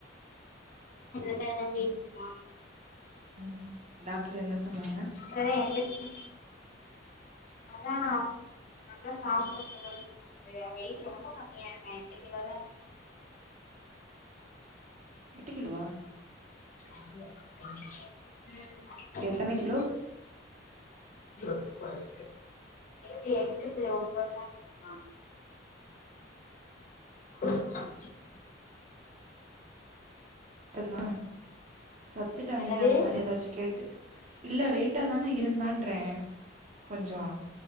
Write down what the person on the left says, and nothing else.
<unintelligible>
அ எது <unintelligible> கல்யாணோ இப்ப தா சாப்ட <unintelligible> இது வெயிட் ரொம்ப கம்மியா இருக்கா எட்டு கிலோ தா
ம்
<unintelligible>
எட்டு எட்டு புள்ளி ஒன்பதா <unintelligible> <unintelligible>
என்னது